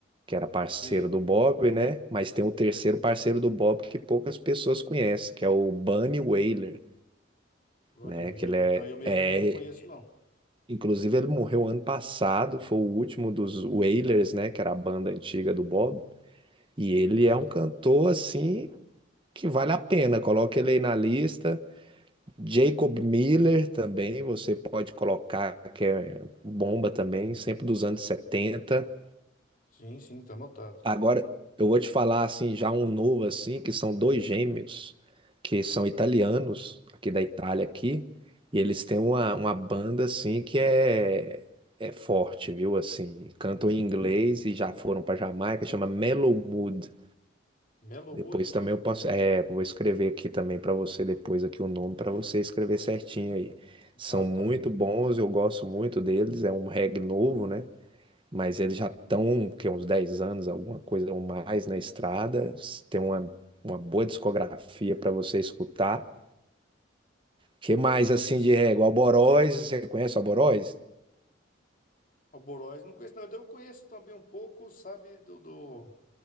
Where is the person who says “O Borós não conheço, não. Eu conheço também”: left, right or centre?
Left